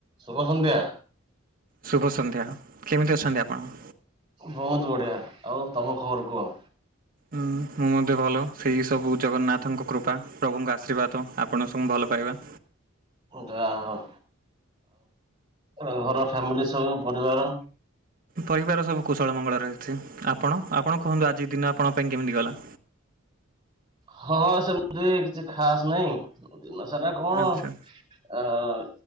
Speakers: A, on the right (about 25°); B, on the right (about 45°).
A: ଶୁଭ ସନ୍ଧ୍ୟା।
B: ଶୁଭ ସନ୍ଧ୍ୟା କେମିତି ଅଛନ୍ତି ଆପଣ?
A: ବୋହୁତୁ ବଢ଼ିଆ ଆଉ ତମ ଖବର କୁହ।
B: ହୁଁ। ମୁଁ ମଧ୍ୟ ଭଲ ସେଇ ସବୁ ଜଗନ୍ନାଥଙ୍କ କୃପା ପ୍ରଭୁଙ୍କ ଆଶୀର୍ବାଦ ଆପଣ ସବୁ ଭଲ ପାଇବା।
A: ଯାହା ହଉ ଆଉ ଘର ଫ୍ୟାମିଲି ସବୁ ପରିବାର?
B: ପରିବାର ସବୁ କୁଶଳ ମଙ୍ଗଳ ରହିଛି। ଆପଣ ଆପଣ କୁହନ୍ତୁ ଆଜି ଦିନ ଆପଣଙ୍କ ପାଇଁ କେମିତି ଗଲା?
A: ହଁ ସେମିତି କିଛି ଖାସ୍ ନାହିଁ ଦିନ ସାରା କଣ
B: ଆଚ୍ଛା
A: ଆଁ